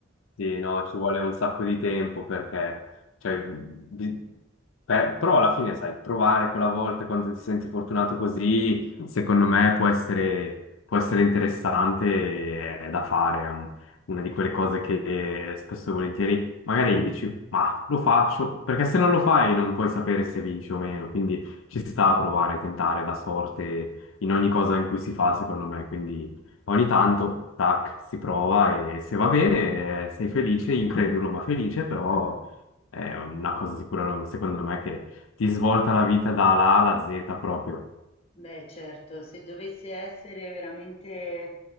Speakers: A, on the left (about 80°); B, on the left (about 30°).
A: Sì, no, ci vuole un sacco di tempo perché, cioè, bi- per- però alla fine, sai, provare quella volta quando ti senti fortunato così, secondo me può essere, può essere interessante e è da fare, è un- una di quelle cose che spesso e volentieri magari dici, ma lo faccio, perché se non lo fai non puoi sapere se vinci o meno, quindi ci sta a provare, tentare la sorte in ogni cosa in cui si fa, secondo me, quindi... Ogni tanto, tac, si prova e se va bene, eh, sei felice, incredulo ma felice, però è una cosa sicura, secondo me, che ti svolta la vita dalla A alla Z proprio.
B: Beh, certo, se dovesse essere veramente